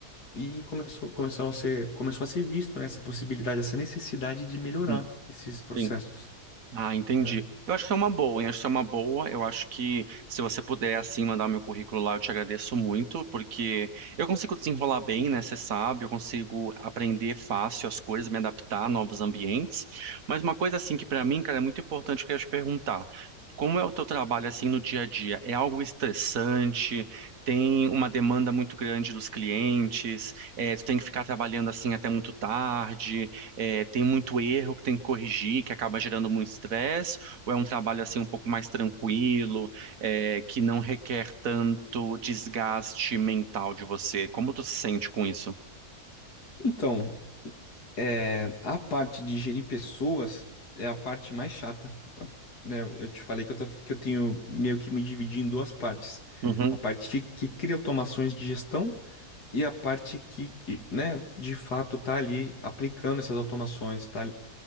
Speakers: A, on the left (about 85°); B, on the right (about 60°).
A: e começou, começou a ser, começou a ser visto, né, essa possibilidade, essa necessidade de melhorar
B: hum,
A: esses processos,
B: sim. Ah, entendi.
A: né?
B: Eu acho que é uma boa, hein? Acho que é uma boa. Eu acho que se você puder, assim, mandar o meu currículo lá, eu te agradeço muito, porque eu consigo desenrolar bem, né? Você sabe, eu consigo aprender fácil as coisas, me adaptar a novos ambientes. Mas uma coisa, assim, que pra mim, cara, é muito importante que eu ia te perguntar. Como é o teu trabalho, assim, no dia a dia? É algo estressante? Tem uma demanda muito grande dos clientes? É, tu tem que ficar trabalhando, assim, até muito tarde? é, tem muito erro que tem que corrigir, que acaba gerando muito estresse, ou é um trabalho assim um pouco mais tranquilo, é, que não requer tanto desgaste mental de você? Como tu se sente com isso?
A: Então, É, a parte de gerir pessoas é a parte mais chata, tá? né? Eu te falei que eu, tô- que eu tenho meio que me dividir em duas partes.
B: Uhum,
A: A parte que, que cria automações de gestão e a parte que, e, né, de fato tá ali aplicando essas automações, tá